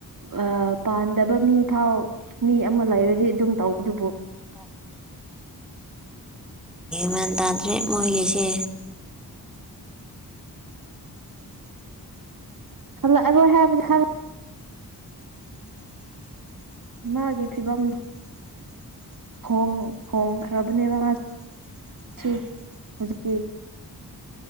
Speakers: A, on the right; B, in the centre.
A: ꯑꯥ ꯄꯥꯟꯗꯕ ꯃꯤ ꯐꯥꯎ ꯃꯤ ꯑꯃ ꯂꯩꯔꯗꯤ ꯑꯗꯨꯝ ꯇꯧꯕꯗꯨꯕꯨ
B: ꯃꯥꯟ ꯒ꯭ꯌꯥꯟ ꯇꯥꯗ꯭ꯔꯦ ꯃꯣꯏꯒꯤꯁꯦ
A: ꯍꯜꯂꯛꯑꯔꯣꯏ ꯍꯥꯏꯕꯗꯤ ꯈꯪ ꯃꯥꯒꯤ ꯐꯤꯕꯝ ꯍ‌ꯣꯡꯡ ꯍꯣꯡꯈ꯭ꯔꯕꯅꯦꯕ ꯃꯥ <unintelligible> ꯍꯧꯖꯤꯛꯀꯤ